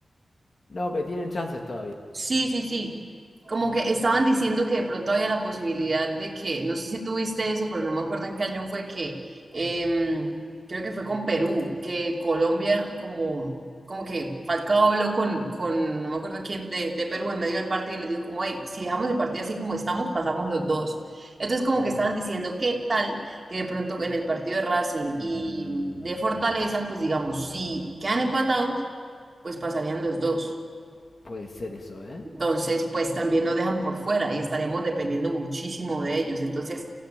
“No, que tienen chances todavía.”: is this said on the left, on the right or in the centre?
Left